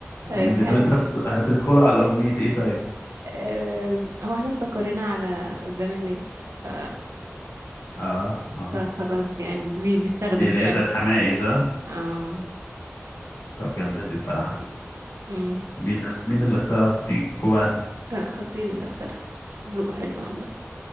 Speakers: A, on the right (about 80°); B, on the left (about 85°).
A: طيب
B: وممكن
A: حلو
B: طب انت هتدخ- هتدخلوا على اغنيه ايه طيب
A: آه، هو احنا استقرينا على قدام الناس ف...
B: اه اه
A: فخلاص يعني دي دي اتاخدت
B: دي اللي هي
A: يعني
B: بتاعت حماقي صح
A: اه
B: طب جامده دي بصراحه
A: مم.
B: مين اللي- مين اللي اختارها فيكوا بقى
A: لا خطيبي اللي اختارها ذوقه حلو عامة